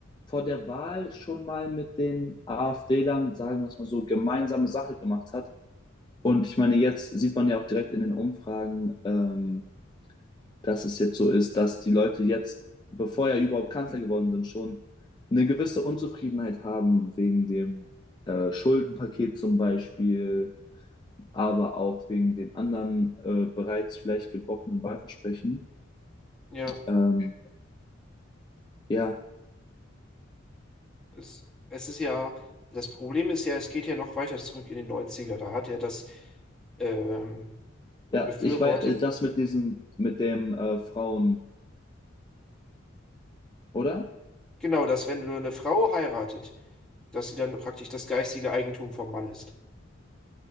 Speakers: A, on the left; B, in the centre.
A: vor der Wahl schon mal mit den AfD-Lern, sagen wir es mal so, gemeinsame Sache gemacht hat. Und ich meine, jetzt sieht man ja auch direkt in den Umfragen, ähm, dass es jetzt so ist, dass die Leute jetzt, bevor er überhaupt Kanzler geworden sind, schon eine gewisse Unzufriedenheit haben wegen dem äh, Schuldenpaket zum Beispiel, aber auch wegen den anderen äh, bereits vielleicht gebrochenen Wahlversprechen.
B: Ja,
A: Ähm, Ja,
B: es, es ist ja, das Problem ist ja, es geht ja noch weiter zurück in den Neunziger. Da hat er das ähm,
A: ja,
B: befürwortet.
A: ich weiß, das mit diesem, mit dem äh, Frauen, oder?
B: Genau, dass wenn du eine Frau heiratet, dass sie dann praktisch das geistige Eigentum vom Mann ist.